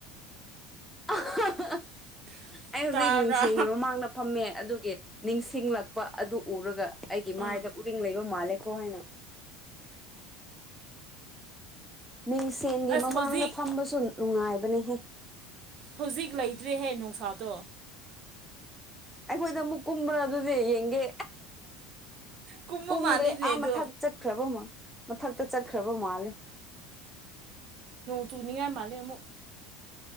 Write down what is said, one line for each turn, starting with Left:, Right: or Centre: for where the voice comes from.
Centre: ꯑ
Right: <inaudible>
Centre: ꯑꯩ ꯍꯧꯖꯤꯛ
Right: ꯇꯥꯕ꯭ꯔꯥ
Centre: ꯅꯤꯡꯁꯦꯝꯒꯤ ꯃꯃꯥꯡꯗ ꯐꯝꯃꯦ ꯑꯗꯨꯒꯤ ꯅꯤꯡꯁꯤꯡꯂꯛꯄ ꯑꯗꯨ ꯎꯔꯒ ꯑꯩꯒꯤ
Right: ꯑꯥ
Centre: ꯃꯥꯏ ꯗ ꯎꯔꯤꯡ ꯂꯩꯕ ꯃꯥꯜꯂꯦꯀꯣ ꯍꯥꯏꯅ ꯃꯤꯡꯁꯦꯟꯒꯤ
Right: ꯑꯁ
Centre: ꯃꯃꯥꯡꯗ
Right: ꯍꯧꯖꯤꯛ
Centre: ꯐꯝꯕꯁꯨ ꯅꯨꯡꯉꯥꯏꯕꯅꯤꯍꯦ
Right: ꯍꯧꯖꯤꯛ ꯂꯩꯇ꯭ꯔꯦꯍꯦ ꯅꯨꯡꯁꯥꯗꯣ
Centre: ꯑꯩꯈꯣꯏꯗ ꯑꯃꯨꯛ ꯀꯨꯝꯕ꯭ꯔꯥ ꯑꯗꯨꯗꯤ ꯌꯦꯡꯒꯦ
Right: ꯀꯨꯝꯕ
Centre: ꯀꯨꯝꯗ
Right: ꯃꯥꯜꯂꯤꯅꯦ
Centre: ꯑꯥ
Right: ꯑꯗꯣ
Centre: ꯃꯊꯛ ꯆꯠꯈ꯭ꯔꯕ ꯑꯃꯛ ꯃꯊꯛ ꯛꯇ ꯆꯠꯈ꯭ꯔꯕꯣ ꯃꯥꯂꯦ
Right: ꯇꯨꯅꯤꯡꯉꯥꯏ ꯃꯥꯂꯦ ꯑꯃꯨꯛ